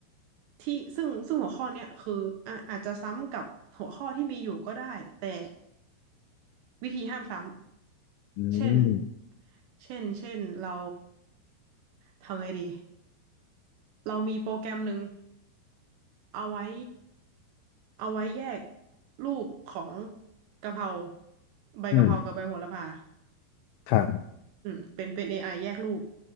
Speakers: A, on the right; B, on the left.
A: ที่ซึ่งซึ่งหัวข้อเนี้ยคืออ่ะอาจจะซ้ำกับหัวข้อที่มีอยู่ก็ได้แต่วิธีห้ามซ้ำเช่น
B: อืม
A: เช่นเช่นเราทำอะไรดี เรามีโปรแกรมหนึ่งเอาไว้เอาไว้แยกรูปของกะเพราใบกะเพรากับใบโหระพา
B: อืมครับ
A: อืมเป็นเป็น AI แยกรูป